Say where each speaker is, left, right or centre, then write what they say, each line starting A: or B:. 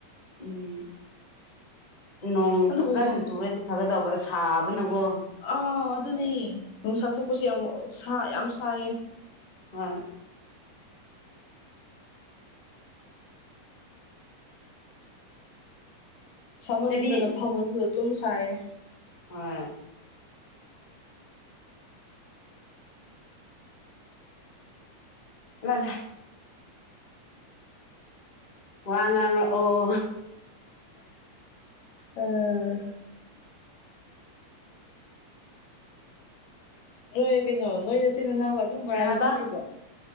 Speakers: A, on the left (about 40°); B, on the left (about 80°).
A: ꯎꯝ ꯅꯣꯡ
B: ꯑꯗꯨꯕꯨ
A: ꯐꯖꯥꯅ ꯆꯨꯔꯗꯤ ꯐꯒꯗꯧꯕ ꯁꯥꯕꯅꯒꯣ
B: ꯑꯥ ꯑꯗꯨꯅꯦ ꯅꯨꯡꯁꯥ ꯊꯣꯛꯄꯁꯦ ꯌꯥꯝ ꯁꯥ ꯌꯥꯝ ꯁꯥꯏꯌꯦ
A: ꯍꯣꯏ
B: ꯁꯃꯟꯗꯅ
A: ꯅꯣꯏꯗꯤ
B: ꯐꯝꯃꯁꯨ ꯑꯗꯨꯝ ꯁꯥꯏꯌꯦ
A: ꯍꯣꯏ <unintelligible> ꯋꯥ ꯉꯥꯡꯔꯛ ꯑꯣ
B: ꯑꯥ ꯅꯣꯏ ꯀꯩꯅꯣ ꯅꯣꯏ ꯅꯆꯤꯟ ꯅꯅꯥꯎ ꯑꯗꯨꯝ ꯕꯔꯥꯗ
A: ꯀꯩ ꯍꯥꯏꯕ
B: ꯑꯗꯨꯝ ꯂꯩꯕ꯭ꯔꯣ